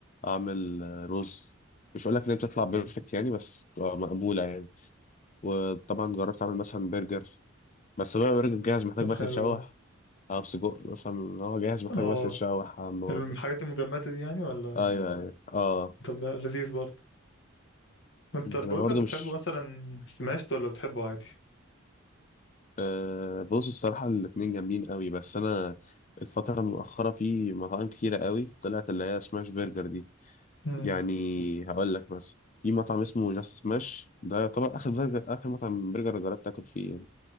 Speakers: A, on the left; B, on the left.
A: اعمل آه، رز مش هقول لك ان هي بتطلع بيرفكت يعني بس بتبقى مقبوله يعني وطبعا جربت اعمل مثلا برجر بس بقى برجر جاهز محتاج
B: طب
A: بس
B: حلو
A: يتشوح
B: ده
A: او سجق مثلا هو جاهز محتاج
B: اه
A: بس يتشوح على النار
B: الحاجات المجمدة دي يعني ولا
A: ايوه ايوه اه
B: طب ده لذيذ برضه انت
A: انا
B: البرجر
A: برضه
B: بتحبه
A: مش
B: مثلا سماشت ولا بتحبه عادي
A: آه بص الصراحه الاتنين جامدين قوي بس انا الفتره المؤخره في مطاعم كتيره قوي طلعت اللي هي سماش برجر دي
B: امم
A: يعني هقول لك مثلا في مطعم اسمه جاست سماش ده يعتبر اخر برجر اخر مطعم برجر جربت اكل فيه يعني.